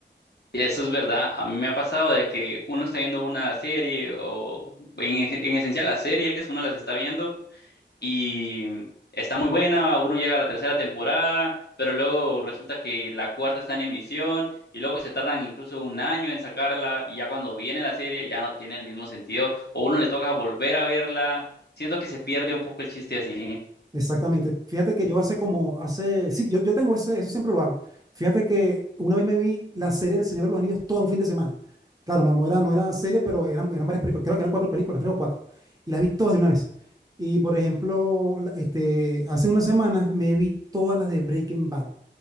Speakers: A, on the left; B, on the right.
A: Y eso es verdad. A mí me ha pasado de que uno está viendo una serie o en, en esencial las series, uno las está viendo. y está muy buena, uno llega a la tercera temporada, pero luego resulta que la cuarta está en emisión y luego se tardan incluso un año en sacarla y ya cuando viene la serie ya no tiene el mismo sentido o uno le toca volver a verla. Siento que se pierde un poco el chiste así. Eh,
B: Exactamente. Fíjate que yo hace como, hace, sí, yo, yo tengo ese, eso siempre lo hago. Fíjate que una vez me vi la serie del Señor de los Anillos todo un fin de semana. Claro, no, no era, no era serie, pero eran, eran varias películas, creo que eran cuatro películas, tres o cuatro. Y las vi todas de una vez. Y por ejemplo, la- este, hace unas semanas me vi todas las de Breaking Bad.